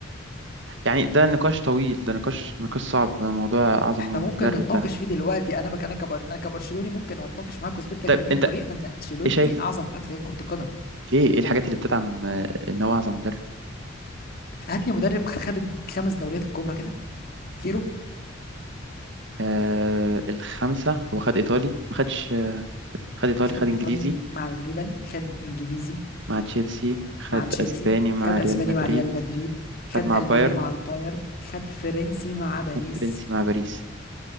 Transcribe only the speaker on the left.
احنا
ممكن نتناقش
فيه دلوقتي انا بك انا كبر انا كبرشلوني ممكن اتناقش معاك واثبت لك
ب 100
طريقه ان انشيلوتي
اعظم مدرب في تاريخ كره القدم
هات لي مدرب خد الخمس دوريات الكبرى كده كيرو
خد
ايطالي مع الميلان خد انجليزي
مع تشيلسي
خد
اسباني
مع ريال مدريد خد
الماني
مع البايرن خد فرنسي مع باريس